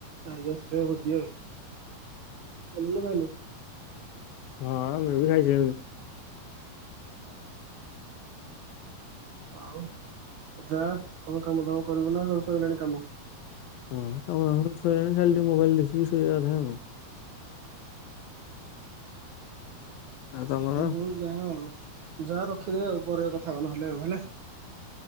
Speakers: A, on the right; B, on the left.
A: ଖାଇକି ଆସିଲି ଭୋଜି ଆଉ ତ ଖାଇଲୁ ନା ଖାଇନୁ?
B: ହଁ ମେ ବି ଖାଇସାଇଲିଣି।
A: ହଉ ହଉ। ଆଉ ତୁ ଯା କଣ କାମ ଦବ କରିବୁ ନା ସବୁ ସରିଲାଣି କାମ?
B: ହଁ କାମ ଦାମ ସବୁ ସଇଲାଣି, ଖାଲି ଟିକେ ମୋବାଇଲ୍ ଦେଖିକି ଶୋଇବା କଥା ଆଉ।
A: ହଁ ହଁ।
B: ଆଉ ତମର
A: ହଁ ହଉ ଯା ଆଉ। ଯା ରଖିଦେ ଆଉ ପରେ କଥା ହବା ନହେଲେ ଆଉ ହେଲା।